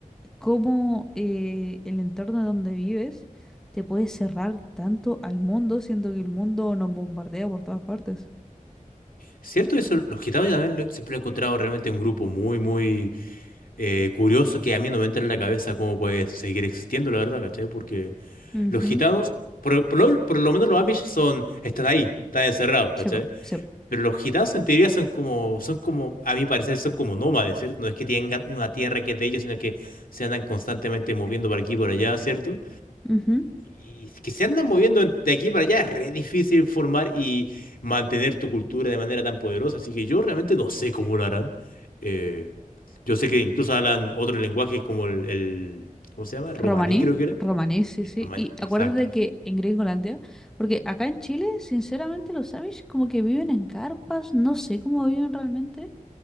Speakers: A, in the centre; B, on the left.
A: cómo eh, el entorno donde vives te puede cerrar tanto al mundo, siendo que el mundo nos bombardea por todas partes.
B: ¿Cierto? Eso, los gitanos también lo- siempre lo he encontrado realmente un grupo muy, muy eh, curioso que a mí no me entra en la cabeza cómo puede seguir existiendo, la verdad, ¿cachai? Porque
A: Ujú,
B: los gitanos, por, por lo, por lo menos los Amish son, están ahí, están encerrados, ¿cachai?
A: Se va, se
B: Pero los gitanos en teoría son como, son como, a mi parecer, son como nómades, ¿cierto? No es que tengan una tierra que es de ellos, sino que se andan constantemente moviendo por aquí y por allá, ¿cierto?
A: va.
B: Y que se andan moviendo de aquí para allá, es re difícil formar y mantener tu cultura de manera tan poderosa. Así que yo realmente no sé cómo lo harán. Eh, yo sé que incluso hablan otro lenguaje como el, el- ¿cómo se llama? Romaní,
A: Romaní,
B: creo que era.
A: romaní, sí,
B: Eh,
A: sí.
B: romaní,
A: Y
B: exacto.
A: acuérdate que en Gringolandia, porque acá en Chile, sinceramente, los Amish como que viven en carpas, no sé cómo viven realmente,